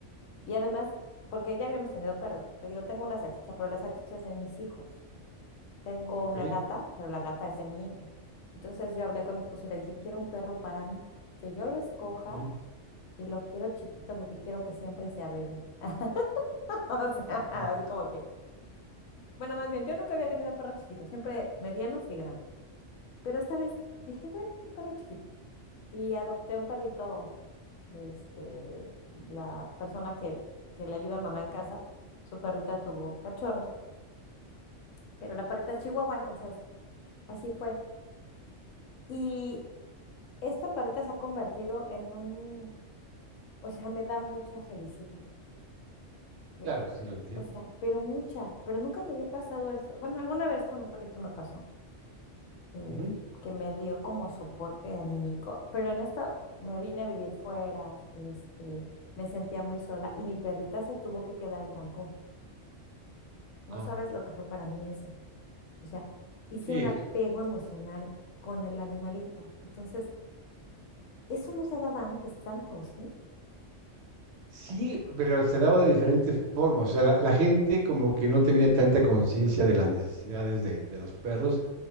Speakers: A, on the left (about 85°); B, on the right (about 65°).
A: y además, porque ya habíamos tenido perros, te digo, tengo una salchicha, pero la salchicha es de mis hijos. Tengo
B: ok.
A: una gata, pero la gata es de mi hijo. Entonces yo hablé con mi esposo y le dije, quiero un perro para mí, que yo lo escoja
B: ujú,
A: y lo quiero chiquito porque quiero que siempre sea bebé. <laughs> O sea, así
B: Ujú.
A: como que Bueno, más bien, yo nunca había tenido perros chiquitos, siempre medianos y grandes. Pero esta vez dije, bueno, un perro chiquito. Y adopté un perrito, este, la persona que, que le ayuda a mamá en casa, su perrita tuvo cachorros, pero la perrita es chihuahua, entonces así fue. Y esta perrita se ha convertido en un, o sea, me da mucha felicidad, ¿ves?
B: Claro, sí lo entiendo.
A: O sea, pero mucha, pero nunca me había pasado eso. Bueno, alguna vez con un perrito me pasó eh,
B: Ujú.
A: que me dio como soporte anímico, pero en esta me vine a vivir fuera, este, me sentía muy sola y mi perrita se tuvo que quedar en Cancún. No
B: Ah,
A: sabes lo que fue para mí eso. O sea, hice
B: sí,
A: un apego
B: sí.
A: emocional con el animalito. Entonces, eso no se daba antes tanto, ¿sí?
B: Sí, pero se daba de diferentes formas. O sea, la, la gente como que no tenía tanta conciencia de las necesidades de, de los perros